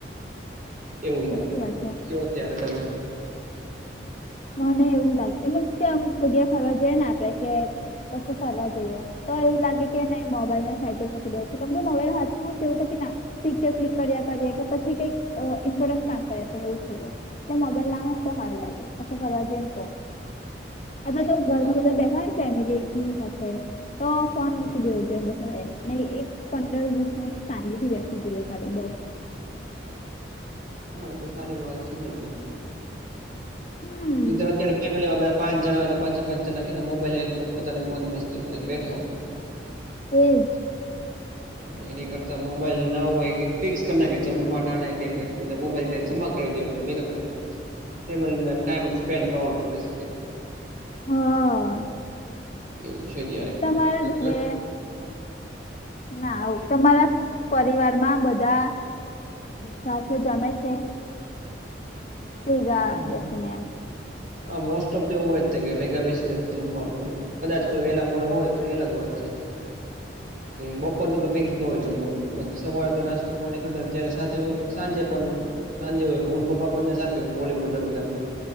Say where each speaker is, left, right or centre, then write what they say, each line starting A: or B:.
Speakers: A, on the right; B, on the left.
A: એવું લાગ
B: કે વા છે?
A: કયો ત્યારે તમે.
B: મને એવું લાગે, એ મીન્સ કે અમુક જગ્યા ફરવા જઈએ ને આપડે, કે કસે ફરવા જઈએ. તો એવું લાગે કે નહીં મોબાઈલ ને સાઈટ પર મકી દેવુ છે, કેમ કે મોબાઈલ હાથમાં દવું થ કે ના પિક્ચર ક્લિક કર્યા કરીએ, કે પછી કઈક અ ઇમ્પોર્ટન્ટ કામ કર્યા કરે એવું થઈ જાય. એટલે મોબાઈલ ના હોય તો હારુ લાગે. કસે ફરવા જયને તો, અઠવાતો
A: બરાબર
B: ઘરમાં બધા બેઠા ને ફેમિલી એકી હાથે. તો ફોન
A: હમ
B: મૂકી દેવું જોઈયે બધાએ. ને એક પંદર વીસ મિનિટ શાંતિ થી બેસવું જોઈએ સાથે બસ.
A: હા એ તો સચી વાત છે ને એટલે,
B: હમ
A: નિતો અત્યારે ફેમિલીમાં બધ પાંચ જણા હોય તો પાંચે પાંચ જણા કે ને મોબાઈલ લઈને પોતાની મોજ મસ્તીને બેઠા હોય.
B: એ જ
A: <inaudible> એ એની કરતા મોબાઈલ ના હોય ફિક્સ કર ના જમવા બધા મોબાઈલ જયારે જમા. <unintelligible> એ મ ટાઈમ સ્પેન્ડ કરવાનો સ્પેસફિક.
B: હા
A: એવું છે ત્યારે
B: તમારા
A: તો
B: ઘરે
A: ક.
B: ના તમારા પરિવારમાં બધા. સાથે જમે છે. <unintelligible>
A: આમ આ મોસ્ટ ઓફ તો એવ હોય જ કે ભેગા બેસી નથી જમવાનું હોય. કદાચ કોઈ વેલા મોડા હોય તો એ અલગ વાત છે. બપોર ન તો ફિક્સ ન હોય જમવાનું બાકી સવારે તો નાસ્તો પાણી કરતા અ્યારે સાથે હોય સાંજે પણ સાંજે હોય હ પપ્પા બંને સાથે હોય વોલીબોલ જમન આપ